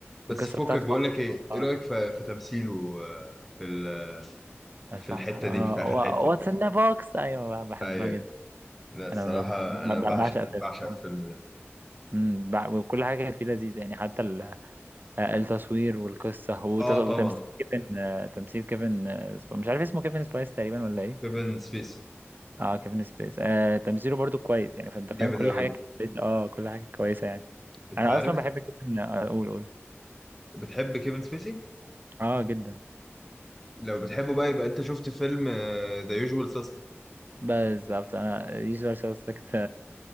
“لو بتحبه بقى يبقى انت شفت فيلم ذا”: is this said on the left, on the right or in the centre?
Centre